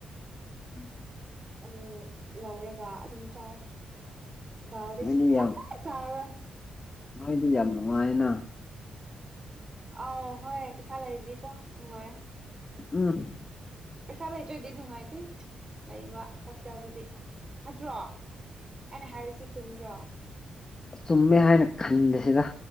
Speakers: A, on the left; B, on the right.
A: <unintelligible>
B: ꯑꯗꯨ ꯂꯧꯔꯒ ꯑꯗꯨꯝ ꯆꯥꯏ ꯗꯥꯜꯗꯤ
A: ꯅꯣꯏꯗꯤ
B: ꯁꯨꯡꯆꯥ
A: ꯌꯥꯝ
B: ꯆꯥꯔꯣꯏ꯫
A: ꯅꯣꯏꯗꯤ ꯌꯥꯝ ꯅꯨꯡꯉꯥꯏꯅ꯫
B: ꯑꯥꯎ ꯍꯣꯏ ꯄꯩꯁꯥ ꯂꯩꯔꯗꯤꯀꯣ ꯅꯨꯡꯉꯥꯏꯌꯦ꯫
A: ꯎꯝ꯫
B: ꯄꯩꯁꯥ ꯂꯩꯇ꯭ꯔꯗꯤ ꯅꯨꯡꯉꯥꯏꯇꯦ ꯂꯩꯕ ꯍꯣꯁꯇꯦꯜꯗꯨꯗꯤ꯫ ꯅꯠꯇ꯭ꯔꯣ ꯑꯩꯅ ꯍꯥꯏꯔꯤꯁꯤ ꯆꯨꯝꯗ꯭ꯔꯣ꯫
A: ꯆꯨꯝꯃꯦ ꯍꯥꯏꯅ ꯈꯜꯂꯦ ꯁꯤꯗ꯫